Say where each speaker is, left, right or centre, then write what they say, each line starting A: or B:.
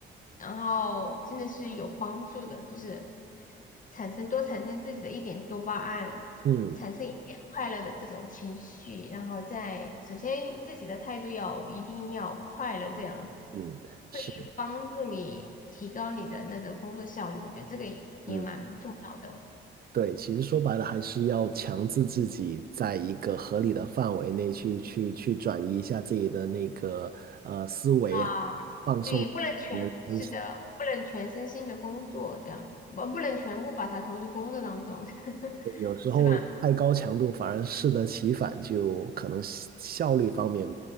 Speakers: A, on the left; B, on the right.
A: 然后真的是有帮助的，就是产生多产生自己的一点多巴胺，
B: 嗯
A: 产生一点快乐的这种情绪，然后再首先自己的态度要一定要快乐，这样子
B: 嗯，是，
A: 会帮助你提高你的那个工作效率。我觉得这个也蛮重要的
B: 嗯，对，其实说白了还是要强制自己在一个合理的范围内去去去转移一下自己的那个呃思维啊，
A: 啊。
B: 放松一下你的身心。
A: 对，不能全，是的，不能全身心的工作，这样，我不能全部把它投入工作当中，<laughs>
B: 有时候太高强度反而适得其反，
A: 是吧？
B: 就可能效效率方面